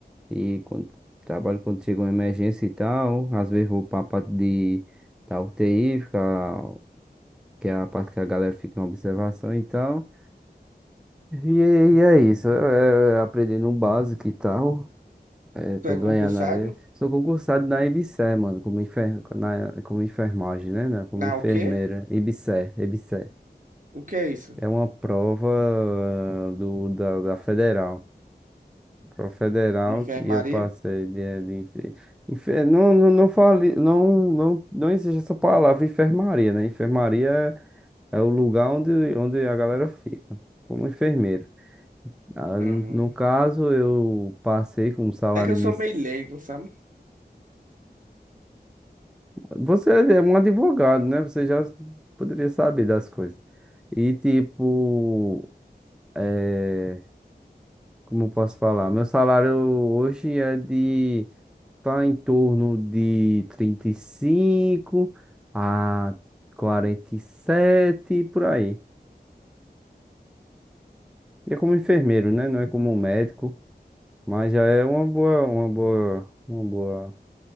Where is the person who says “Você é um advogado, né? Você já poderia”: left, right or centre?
Centre